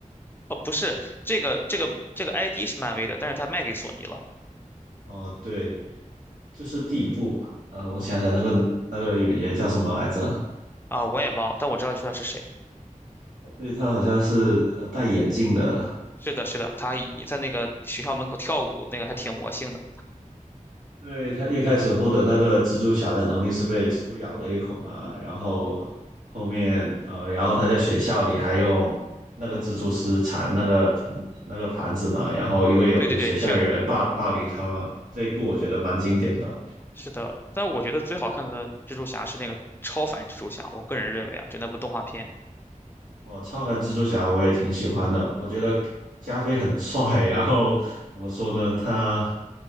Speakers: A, on the left (about 15°); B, on the right (about 75°).
A: 哦，不是，这个这个这个 ID 是漫威的，但是他卖给索尼了。
B: 哦，对，就是第一部吧。呃，我想想，那个那个演员叫什么来着？
A: 啊，我也忘了，但我知道你说的是谁。
B: 哦对，他好像是呃戴眼镜的。
A: 是的，是的，他一在那个学校门口跳舞，那个还挺魔性的。
B: 对，他一开始获得那个蜘蛛侠的能力是被蜘蛛咬了一口嘛，然后后面呃，然后他在学校里还用那个蜘蛛丝缠那个盆那个盘子嘛，然后因为有学校有人霸霸凌他嘛，
A: 对对对，就
B: 这一部我觉得蛮经典的。
A: 是的。但我觉得最好看的蜘蛛侠是那个超凡蜘蛛侠，我个人认为啊，就那部动画片。
B: 哦，超凡蜘蛛侠我也挺喜欢的，我觉得加菲很帅。然后怎么说呢？他